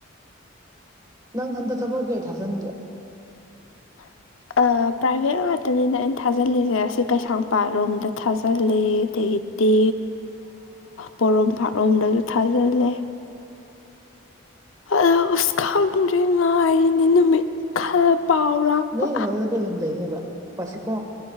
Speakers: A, on the right; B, on the left.
A: ꯅꯪ ꯍꯟꯇ ꯊꯕꯛ ꯀꯩ ꯑꯩ ꯊꯥꯖꯤꯟꯒꯦ
B: <inaudible> ꯄ꯭ꯔꯥꯏꯚꯦꯠ ꯉꯥꯛꯇꯅꯤꯅ ꯑꯩꯅ ꯊꯥꯖꯤꯜꯂꯤꯁꯦ ꯑꯁꯤ ꯀꯩꯁꯥꯝꯄꯥꯠꯔꯣꯝꯗ ꯊꯥꯖꯤꯜꯂꯤ ꯑꯗꯒꯤ ꯇꯤ ꯄꯣꯔꯣꯝ ꯄꯥꯔꯣꯝꯗꯁꯨ ꯊꯥꯖꯤꯜꯂꯦ ꯑ ꯎꯁ ꯈꯪꯗ꯭ꯔꯦ ꯉꯔꯤꯅꯤ ꯅꯨꯃꯤꯠ ꯈꯔ ꯄꯥꯎ ꯂꯥꯛꯄ
A: ꯅꯔ ꯀꯩꯂꯝꯗꯅꯦꯕ ꯄꯁꯤ ꯀꯣ